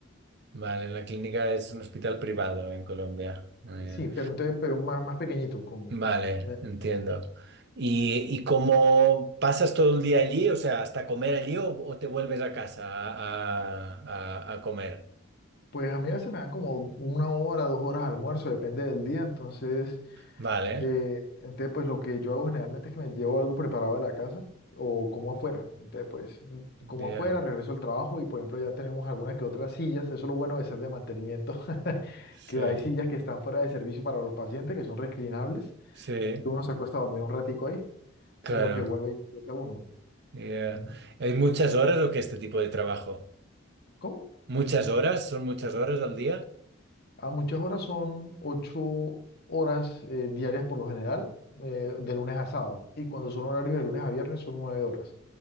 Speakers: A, on the right; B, on the left.
A: Vale, la clínica es un hospital privado en Colombia. Muy bien.
B: Sí, pero, entonces- pero más, más pequeñito. Con,
A: Vale,
B: me-
A: entiendo. ¿Y, y cómo pasas todo el día allí? O sea, ¿hasta comer allí o, o te vuelves a casa a, a- a- a comer?
B: pues a mí a veces me dan como una hora, dos horas de almuerzo, depende del día. Entonces...
A: Vale,
B: Eh, entonces, pues lo que yo hago generalmente es que me llevo algo preparado de la casa o como afuera. Entonces, pues mm, como
A: ya,
B: afuera, regreso al trabajo y, por ejemplo, ya tenemos algunas que otras sillas. Eso es lo bueno de ser de mantenimiento, <laughs>
A: Sí.
B: que hay sillas que están fuera de servicio para los pacientes, que son reclinables.
A: Sí,
B: Uno se acuesta a dormir un ratico ahí,
A: claro.
B: en lo que vuelve y regresa uno.
A: Yeah.
B: Ujú.
A: ¿Hay muchas horas o qué este tipo de trabajo?
B: ¿Cómo?
A: ¿Muchas horas? ¿Son muchas horas al día?
B: A muchas horas son ocho horas eh, diarias por lo general, eh, de lunes a sábado. Y cuando son horarios de lunes a viernes son nueve horas.